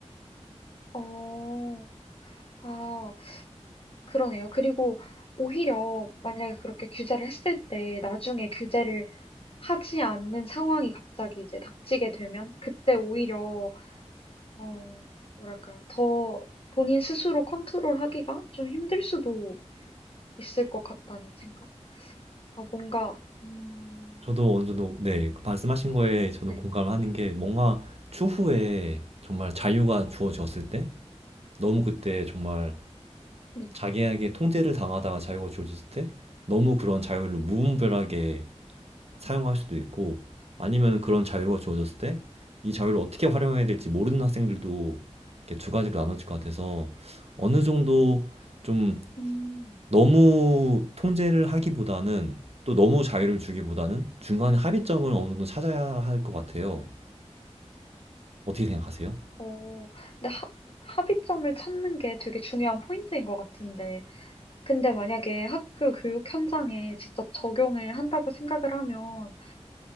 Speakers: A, on the left (about 55°); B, on the right (about 65°).
A: 어. 아 그러네요. 그리고 오히려 만약에 그렇게 규제를 했을 때 나중에 규제를 하지 않는 상황이 갑자기 이제 닥치게 되면 그때 오히려 어, 뭐랄까요. 더 본인 스스로 컨트롤하기가 좀 힘들 수도 있을 것 같다는 생각? 아, 뭔가, 음,
B: 저도 어느 정도 네. 그 말씀하신 거에 저도
A: 네,
B: 공감을 하는 게 뭔가 추후에 정말 자유가 주어졌을 때 너무 그때 정말
A: 네.
B: 자기에게 통제를 당하다가 자유가 주어졌을 때 너무 그런 자유를 무분별하게 사용할 수도 있고 아니면 그런 자유가 주어졌을 때 이 자유를 어떻게 활용해야 될지 모르는 학생들도 이렇게 두 가지로 나눠질 것 같아서 어느 정도 좀
A: 음,
B: 너무 통제를 하기보다는 또 너무 자유를 주기보다는 중간에 합의점을 어느 정도 찾아야 할 것 같아요. 어떻게 생각하세요?
A: 어, 근데 하, 합의점을 찾는 게 되게 중요한 포인트인 것 같은데. 근데 만약에 학교 교육 현장에 직접 적용을 한다고 생각을 하면